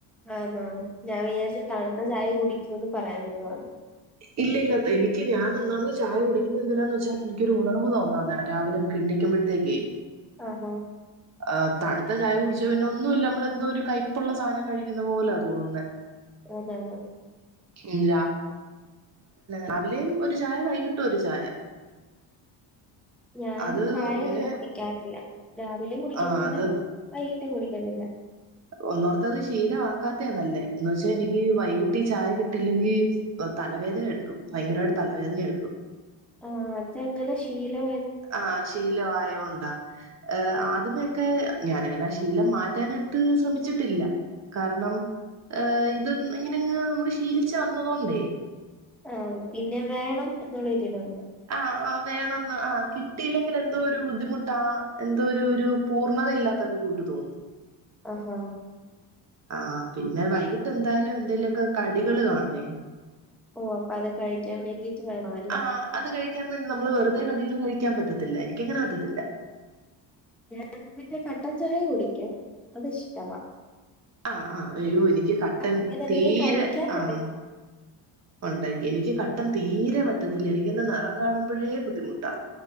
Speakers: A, in the centre; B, on the right (about 35°).
A: ആന്നോ ഞാൻ വിചാരിച്ച് തണുത്ത ചായ കുടിക്കൂന്ന് പറയാൻ വരുവാന്ന്
B: ഇല്ല ഇല്ല എനിക്ക് ഞാൻ ഒന്നാമത് ചായ കുടിക്കുന്നന്തിനാന്ന് വെച്ചാൽ എനിക്കൊരു ഉണർവ് തോന്നാനാ രാവിലെ നമുക്ക് എണീക്കുമ്പോഴത്തേക്കേ
A: ആഹ് ആഹ്
B: ആ തണുത്ത ചായ കുടി ച്ച പിന്നെ ഒന്നുമില്ല നമ്മള എന്തോ ഒരു കൈപ്പുള്ള സാധനം കഴിക്കുന്ന പോലാ തോന്നുന്നേ
A: ആനാന്
B: ഇല്ല രാവിലേ ഒരു ചായ വൈകിട്ടും ഒരു ചായ
A: ഞാൻ
B: അത്
A: ചായ
B: ഇങ്ങനെ
A: അങ്ങനെ കുടിക്കാറില്ല രാവിലെ കുടിക്കത്തില്ല
B: ആഹ് അത്
A: വൈകിട്ടും കുടിക്കത്തില്ല
B: ഒന്നോർത്താത് ശീലമാക്കാത്തേന്നല്ലേ എന്നു വച്ചാ എനിക്ക് വൈകിട്ടീ ചായ കിട്ടില്ലെങ്കിൽ തലവേദന എടുക്കും ഭയങ്കരമായിട്ട് തലവേദന എടുക്കും
A: ആഹ് അതങ്ങനെ ശീലാ
B: ആഹ് ശീലവായോണ്ടാ ഏഹ് ആദ്യമേയൊക്കെ ഞാനങ്ങനെ ആ ശീലം മാറ്റാനായിട്ട് ശ്രമിച്ചിട്ടില്ല കാരണം ഏഹ് ഇത് ഇങ്ങനെങ്ങ് നമ്മള് ശീലിച്ചു വന്നതോണ്ടേ
A: ആഹ് പിന്നെ വേണം എന്നുള്ള ഇരിവുണ്ട്
B: ആഹ് ഓഹ് വേണന്ന് ആ കിട്ടിയില്ലെങ്കിൽ എന്തോ ഒരു ബുദ്ധിമുട്ടാ എന്തോ ഒരു ഒരു പൂർണ്ണതയില്ലാത്തൊക്കെ കൂട്ട് തോന്നും
A: ആഹ് ആഹ്
B: ആഹ് പിന്നെ വൈകിട്ട് എന്തായാലും എന്തേലുമൊക്കെ കടികള് കാണുമേ
A: ഓ അപ്പൊ അത് കഴിക്കാൻ വേണ്ടീട്ട് വേണവാരികും
B: ആ അത് കഴിക്കാൻ വേണ്ടി നമ്മള് വെറുതെ കടികള് കഴിക്കാൻ പറ്റത്തില്ല എനിക്കങ്ങനെ പറ്റത്തില്ല
A: ഞാൻ പിന്നെ കട്ടൻ ചായ കുടിക്കും അത് ഇഷ്ടവാ
B: ആഹ് ആഹ് അയ്യോ എനിക്ക് കട്ടൻ
A: ഇങ്ങനെ എന്തെങ്കിലും
B: തീരെ
A: കഴിക്കാനുണ്ടെങ്കി
B: ആഹ് ഉണ്ടെങ്കിൽ എനിക്ക് കട്ടൻ തീരെ പറ്റത്തില്ല എനിക്കന്നെ നിറം കാണുമ്പോഴേ ബുദ്ധിമുട്ടാ